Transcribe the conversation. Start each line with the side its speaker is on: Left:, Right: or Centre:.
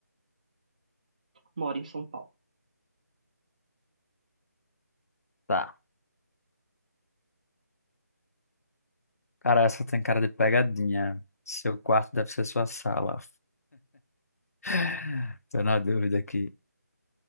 Right: moro em São Paulo.
Left: Tá. Cara, essa tem cara de pegadinha. Seu quarto deve ser sua sala. <laughs> Tô na dúvida aqui.